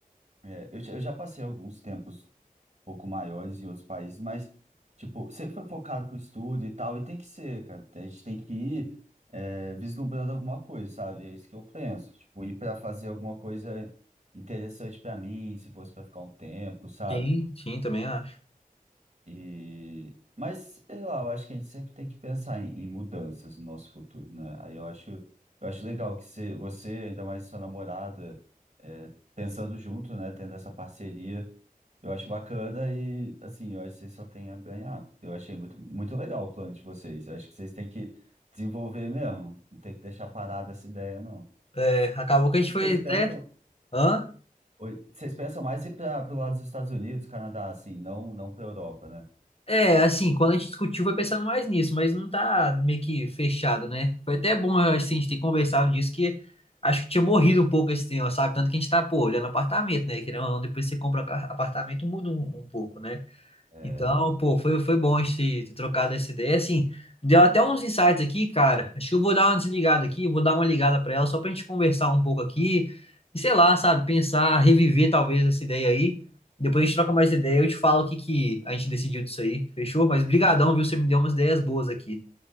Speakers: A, on the right (about 45°); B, on the left (about 40°).
A: é, eu, já eu já passei alguns tempos pouco maiores em outros países, mas, tipo, sempre foi focado pro estudo e tal, e tem que ser, cara. A gente tem que ir é, vislumbrando alguma coisa, sabe? É isso que eu penso. Tipo, ir para fazer alguma coisa interessante para mim, se fosse para ficar um tempo, sabe?
B: Sim, sim, também acho.
A: E, mas, sei lá, eu acho que a gente sempre tem que pensar em, em mudanças no nosso futuro, né? Aí eu acho, eu acho legal que você, você, ainda mais sua namorada, é, pensando junto, né? Tendo essa parceria, eu acho bacana e, assim, eu acho que vocês só têm a ganhar. Eu achei muito, muito legal o plano de vocês. Eu acho que vocês têm que desenvolver mesmo. Não tem que deixar parada essa ideia, não.
B: É, acabou que a gente
A: E
B: foi
A: Vocês pensam,
B: até. Hã?
A: oi, vocês pensam mais ir para o lado dos Estados Unidos, Canadá, assim, não, não para Europa, né?
B: É, assim, quando a gente discutiu foi pensando mais nisso, mas não tá meio que fechado, né? Foi até bom eu acho, assim, a gente ter conversado disso, que acho que tinha morrido um pouco esse tema, sabe? Tanto que a gente tá, pô, olhando apartamento, né? Querendo ou não, depois você compra ca- apartamento, muda um, um pouco, né?
A: É,
B: Então, pô, foi, foi bom a gente ter trocado essa ideia. Assim, deu até uns insights aqui, cara. Acho que eu vou dar uma desligada aqui, vou dar uma ligada pra ela só pra gente conversar um pouco aqui. E sei lá, sabe, pensar, reviver talvez essa ideia aí. Depois a gente troca mais ideia, eu te falo o que que a gente decidiu disso aí, fechou? Mas brigadão, viu? Você me deu umas ideias boas aqui.